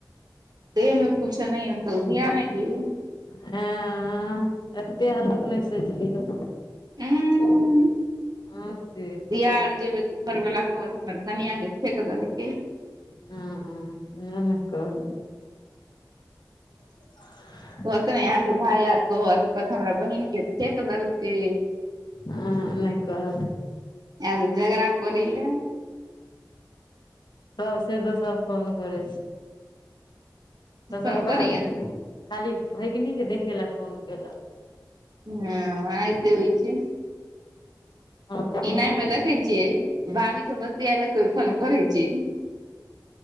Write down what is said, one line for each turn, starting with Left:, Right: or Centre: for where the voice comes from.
Right: देहमे कुछो नहि अंह तऽ उधिआ नै जेबु।
Left: हँ-अ एते हलुक नहि सोचलिहक।
Right: उम।
Left: ह से।
Right: बिआर जे होइत घरवाला कहत हमर कनियाँ के फेक देलकै।
Left: ह्म-ह्म नै न कहल <unintelligible>
Right: कहत नै अहाँके भाय आर कहत कहत हमरा बहिन के फेेक देलकै।
Left: उम नै कहत।
Right: एब जगराकरैले।
Left: सब से तऽ सब फोन करै छै। तसर
Right: फोन
Left: ओकरा
Right: करियै
Left: खाली भगिनीके देखय लए फोन केलक।
Right: ह्म ओनाइहिते होइ छै।
Left: हँ भगिनी
Right: इनाइ
Left: के
Right: मे
Left: देख
Right: देखै छियै। भाभी सब बतियाला कोइ फोन करै छै।